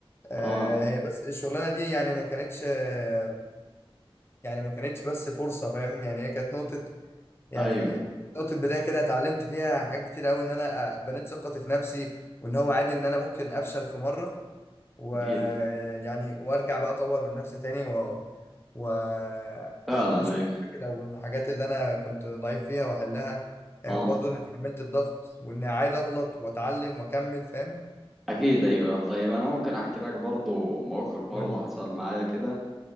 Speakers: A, on the left; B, in the centre.
A: آه
B: اه
A: هي بس الشغلانة دي يعني ما كانتش آه، يعني ما كانتش بس فرصة فاهم يعني هي كانت نقطة يعني
B: ايوه
A: نقطة بداية كده اتعلمت فيها حاجات كتير قوي ان انا آه، بنيت ثقتي في نفسي وان هو عادي ان انا ممكن افشل في مرة ويعني
B: اكيد
A: وارجع بقى اطور من نفسي تاني و واشوف
B: فعلا ايوه
A: الفكرة او الحاجات اللي انا كنت ضعيف فيها واحلها آه،
B: اه
A: وبرضه اني اتحملت الضغط واني عايز اغلط واتعلم واكمل فاهم
B: اكيد ايوه طيب انا ممكن احكي لك برضو موقف برضو
A: قول
B: حصل
A: لي
B: معايا كده